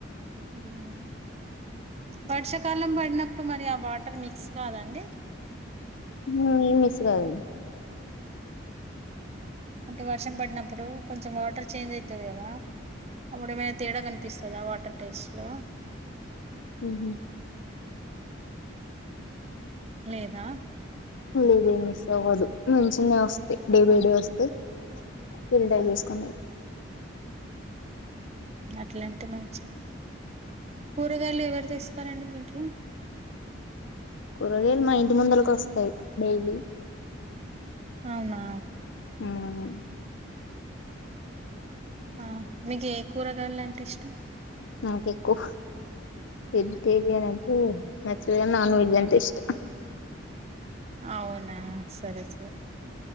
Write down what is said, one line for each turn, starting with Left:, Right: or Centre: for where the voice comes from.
Right: మ్ హు వర్షాకాలం పడినప్పుడు మరి ఆ వాటర్ మిక్స్ కాదండి
Left: మ్ ఏం మీస్స్క్స్ కాదండి
Right: అంటే వర్షం పడినప్పుడు కొంచెం వాటర్ చేంజ్ అవుతది కదా అప్పుడు ఏమైనా తేడా కనిపిస్తుందా వాటర్ టేస్ట్ లో
Left: మ్ హు
Right: లేదా
Left: ఏది మిక్స్ అవ్వదు మంచిగానే వస్ డే బై
Right: ఆ
Left: డే వస్తయి ఫీల్టర్ చేసుకోని తాగు
Right: అట్లాంటే మంచి కూరగాయలు ఎవరు తెస్తారండి మీ ఇంట్లో
Left: కూరగాయలు మా ఇంటి ముందుకోస్తాయి డైలీ
Right: అవునా
Left: అవును
Right: ఆ మీకు ఏ కూరగాయలు అంటే ఇష్టం
Left: నాకు ఎక్కువ వెజ్ తిరియన్ అంటే నచ్చదుగాన్ నాన్ వెజ్ అంటే ఇష్టం
Right: అవునా సరే సరే